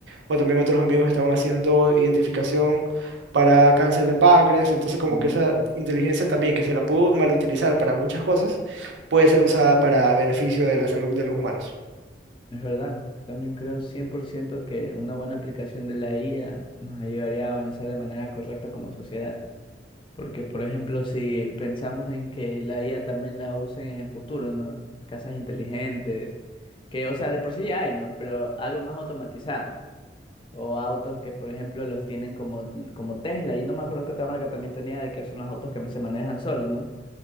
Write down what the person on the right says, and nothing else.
o también otros amigos estaban haciendo identificación para cáncer de páncreas, entonces como
que esa inteligencia también que se la pudo mal utilizar para muchas cosas, puede ser usada para beneficio de la salud de los humanos.